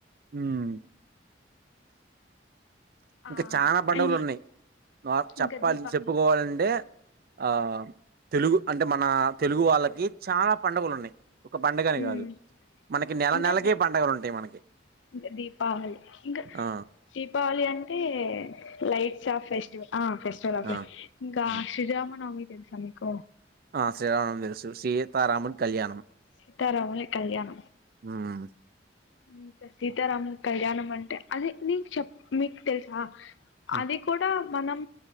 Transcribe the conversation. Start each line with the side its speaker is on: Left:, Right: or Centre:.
Right: ఉం ఇంకా
Left: ఆ
Right: చనా పడుగలు ఉన్నాయి నార్ చెప్పాలి
Left: ఇంకా దీపా
Right: చెప్పుకోవాలంటే ఆ తెలుగు అంటే మన తెలుగు వాళ్ళకి చానా పండగలు ఉన్నాయి ఒక పండగని
Left: ఉమ్
Right: కాదు మనకి నెల
Left: ఇంకా
Right: నెలకి
Left: దీ
Right: పండగలు ఉంటాయి మనకి
Left: ఇంకా దీపావళి ఇంకా
Right: ఆ
Left: దీపావళి అంటే టే లైట్స్ ఆఫ్ ఫెస్టివల్ ఆ ఫెస్టివల్
Right: ఆ
Left: ఇంకా
Right: ఉమ్,
Left: సిజ మా నవమి తెలుసా మీకు
Right: ఆ శ్రీరామనవమి తెలుసు సీతారాముల కళ్యాణం
Left: సీతారాముల కళ్యాణం
Right: ఉమ్
Left: ఇంతే సీతారాముల కళ్యాణం అంటే అదే నీకు చెప్ మీకు తెలుసా
Right: ఉమ్,
Left: అది కూడా మనం